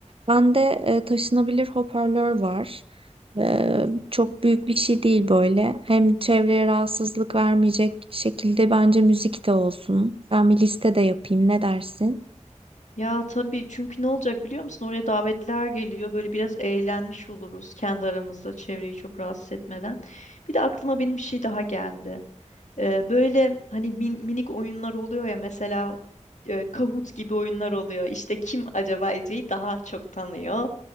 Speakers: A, on the right (about 45°); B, on the left (about 70°).
A: Bende e, taşınabilir hoparlör var. E, çok büyük bir şey değil böyle. Hem çevreye rahatsızlık vermeyecek şekilde bence müzik de olsun. Ben bir liste de yapayım. Ne dersin?
B: Ya tabii çünkü ne olacak biliyor musun? Oraya davetler geliyor. Böyle biraz eğlenmiş oluruz kendi aramızda çevreyi çok rahatsız etmeden. Bir de aklıma benim bir şey daha geldi. Ee, böyle hani min- minik oyunlar oluyor ya mesela e, Kahoot gibi oyunlar oluyor. İşte kim acaba Ece'yi daha çok tanıyor